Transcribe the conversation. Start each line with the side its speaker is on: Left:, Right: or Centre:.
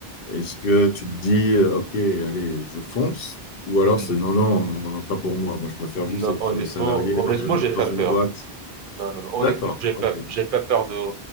Left: est-ce que tu te dis, euh, OK, allez, je fonce? Ou alors
Right: hum, hum.
Left: c'est non, non, euh, pas pour moi. Moi, je préfère
Right: Non,
Left: juste être
Right: honnêtement,
Left: salarié
Right: honnêtement,
Left: dans une,
Right: j'ai
Left: dans
Right: pas
Left: une
Right: peur.
Left: boîte.
Right: Non, non, non. Honnêtement,
Left: D'accord,
Right: j'ai pas,
Left: OK.
Right: j'ai pas peur de,